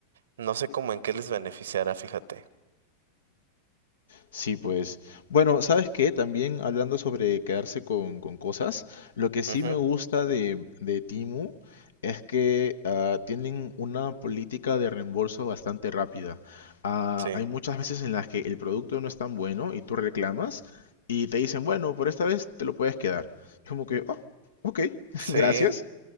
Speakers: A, on the right (about 65°); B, on the left (about 65°).
A: no sé cómo en qué les beneficiará, fíjate.
B: Sí, pues. Bueno, ¿sabes qué? También hablando sobre quedarse con, con cosas, lo que sí
A: Ujú,
B: me gusta de, de Temu es que ah, tienen una política de reembolso bastante rápida. Ah,
A: Sí,
B: hay muchas veces en las que el producto no es tan bueno y tú reclamas y te dicen, bueno, por esta vez te lo puedes quedar. Es como que, oh, ok, <laughs>
A: sí,
B: gracias,